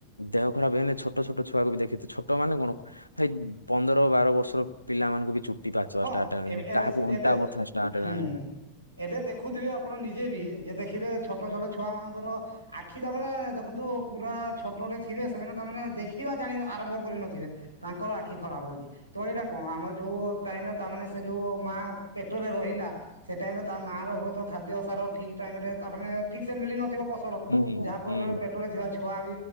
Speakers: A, on the left (about 85°); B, on the right (about 85°).
A: ଦେହ ଖରାପ୍ ହେନେ ଛୋଟ ଛୋଟ ଛୁଆକୁ ବି ଦେଖିଥିବେ ଛୋଟ ମାନେ କଣ ଭାଇ ପନ୍ଦର ବାର ବର୍ଷ ପିଲାମାନଙ୍କୁ ବି ଚୁଟି ପାଚବା
B: ହଁ
A: ାର୍ଟ ହେଲାଣି
B: ଏବେ ଏବେ
A: କାହାକୁ ଅଣ୍ଟା
B: ଏବେ
A: ବଥା ଷ୍ଟାର୍ଟ
B: ହୁଁ।
A: ହେଲାଣି।
B: ଏବେ ଦେଖୁଥିବେ ଆପଣ ନିଜେ ବି ଯେ ଦେଖିବେ ଛୋଟ ଛୋଟ ଛୁଆ ମାନଙ୍କର ଆଖି ତାମାନେ ଦେଖନ୍ତୁ ପୁରା ଛୋଟଟେ ଥିବେ ସେମାନେ ତମାନେେ ଦେଖିବା ଜାଣ ଆରମ୍ଭ କରିନଥିବେ। ତାଙ୍କର ଆଖି ଖରାପ ହଉଛି। ତ ଏଇଟା କଣ ଆମର ଯୋଉ ଟାଇମ ରେ ତା ସେ ଯୋଉ ମା ପେଟରେ ରହିଲା ସେ ଟାଇମ ରେ ତା ମା ର ହୁଏତ ଖାଦ୍ୟ ସାର ଠିକ ଠା କାହିଁକିରେ ତାମାନେ ଠିକ୍‌ ସେ ମିଳି ନଥିବ ପସର
A: ହୁଁ
B: ଯାହାବଲେ
A: ହୁଁ
B: ପେଟରେ ଥିବା ଛୁଆ ବି